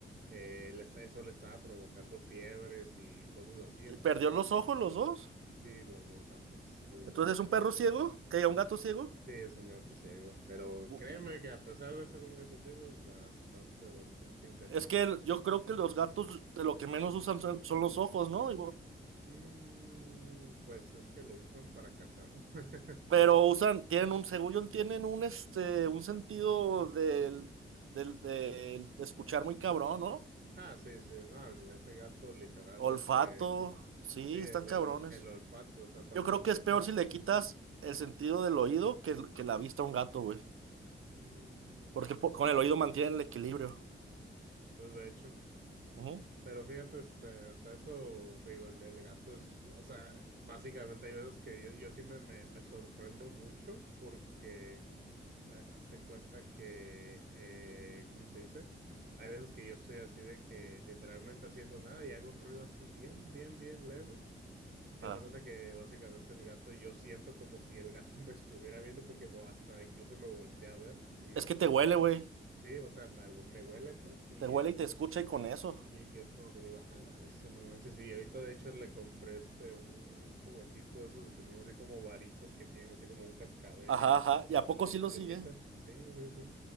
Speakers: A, on the right; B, on the right.
A: eh, le está, eso le estaba provocando fiebres y cosas así, entonces,
B: Y perdió los
A: pues
B: ojos los dos.
A: sí, los dos ambos, desgraciadamente.
B: Entonces, ¿es un perro ciego? ¿Que un gato ciego?
A: Sí, es un gato ciego, pero
B: U-
A: créeme
B: u-
A: que a pesar de ser un gato ciego es bastante, bastante inteligente.
B: Es que el- yo creo que los gatos de lo que menos usan son son los ojos, ¿no?
A: Mm, pues es que los usan para cazar. <laughs>
B: Pero usan, tienen un, según yo, tienen un, este, un sentido del, del, del- de escuchar muy cabrón, ¿no?
A: Ah, sí, sí, no, el- ese gato literal,
B: Olfato,
A: este, sí,
B: sí,
A: el,
B: están
A: del
B: cabrones.
A: ol- el, olfato, o sea, tanto
B: Yo creo que
A: de
B: es
A: olfato,
B: peor si le quitas el sentido del oído que, que la vista a un gato, güey.
A: mm,
B: Porque po- con el oído mantienen el equilibrio.
A: pues de hecho,
B: Ujú.
A: pero fíjate, este, hasta eso, te digo, el, el gato es, o sea, básicamente hay veces que yo, yo sí me, me, me sorprendo mucho porque ah, hazte cuenta que, eh, ¿cómo se dice? Hay veces que yo estoy así de que literalmente haciendo nada y hago un ruido así bien, bien, bien leve. Ya
B: Ah.
A: se cuenta que básicamente el gato, yo siento como si el gato <laughs> me estuviera viendo porque me, hasta incluso me volteé a ver y
B: Es
A: me
B: que
A: quedo
B: te
A: así.
B: huele, güey.
A: Sí, o sea, me, hue- me huele pues y
B: Te huele
A: es, como-
B: y te escucha y con eso.
A: y, y es como que digo, ah, la bestia, no manches. Y ahorita de hecho le compré este un, un juguetito de esos que son así como varitas que tienen así como un cascabel
B: Ajá,
A: y
B: ajá. ¿Y a poco
A: plum-
B: sí lo
A: plumita.
B: sigue?
A: Sí, sí, sí.